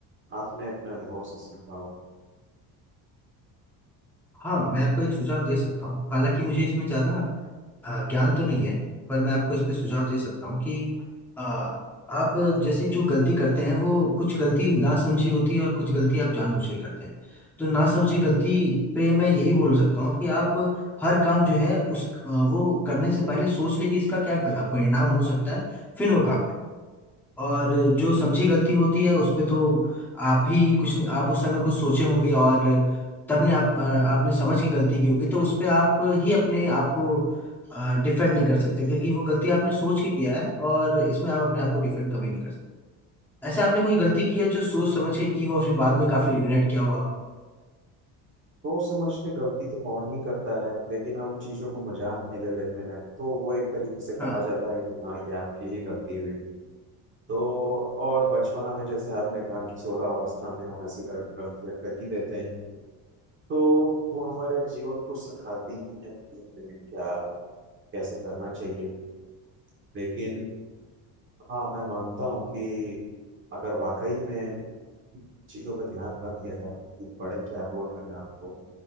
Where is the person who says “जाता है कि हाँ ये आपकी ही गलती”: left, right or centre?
Right